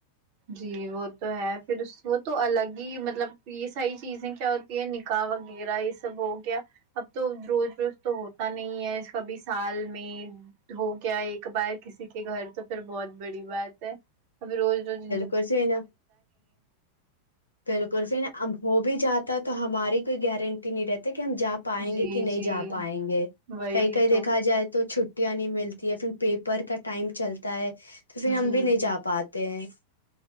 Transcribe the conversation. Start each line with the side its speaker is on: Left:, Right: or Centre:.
Right: جی وہ تو ہے پھر وہ تو الگ ہی مطلب یہ ساری چیزیں کیا ہوتی ہے نکاح وغیرہ یہ سب ہو گیا اب تو روز روز تو ہوتا نہیں ہے کبھی سال میں ہو گیا ایک بار کسی کے گھر تو پھر بہت بڑی بات ہے ابھی روز روج
Left: کر ہے ن پہل کرس ن ہو بھی جاتا تو ہماری کوئی گارنٹی نہیں رہتی کہ ہم جا پائیں
Right: جی
Left: گے کہ نہیں
Right: جی
Left: جا پائیں گے
Right: وہی
Left: کہیں کہیں
Right: تو
Left: دیکھا جائے تو چ چھٹیاں نہیں ملتی ہے پھر پیپر کا ٹائم چلتا ہے تو پھر ہم
Right: جی
Left: بھی نہیں
Right: جی
Left: جا پاتے ج